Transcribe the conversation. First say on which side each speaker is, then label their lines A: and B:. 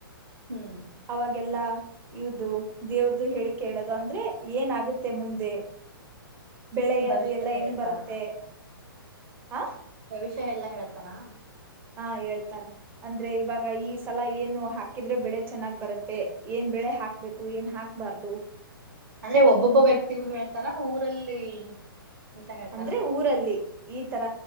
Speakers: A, on the right; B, on the right.
A: ಹ್ಮ್
B: ಅವಾಗೆಲ್ಲಾ ಇದು ದೇವ್ರ್ದ ಹೇಳಿಿಕೇಳೋದು ಅಂದ್ರೆ ಏನಾಗುತ್ತೆ ಮುಂದೆ ಬೆಳೆ
A: ಭವಿಷ್ಯ
B: ಅದು ಎಲ್ಲಾ
A: ಎಲ್ಲ
B: ಹೆಂಗ್
A: ಹೇಳ್ತಾರ
B: ಬರತ್ತೆ ಹಾ
A: ವಿಷಾ ಎಲ್ಲಾ ಹೇಳ್ತಾರಾ
B: ಹಾ ಹೇಳ್ತಾರೆ ಅಂದ್ರೆ ಇವಾಗ ಈ ಸಲ ಏನು ಹಾಕಿದ್ರೆ ಬೆಳೆ ಚೆನ್ನಾಗ್ ಬರತ್ತೆ ಏನ್ ಬೆಳೆ ಹಾಕ್ಬೇಕು ಏನ್ ಹಾಕ್ಬಾರ್ದು
A: ಅಂದ್ರೆ ಒಬ್ಬೊಬ್ಬ ವ್ಯಕ್ತಿಗೂ ಹೇಳ್ತಾರ ಊರಲ್ಲಿ ಅಂತ ಹೇಳ್ತಾರ
B: ಅಂದ್ರೆ ಊರಲ್ಲಿ ಈ ತರ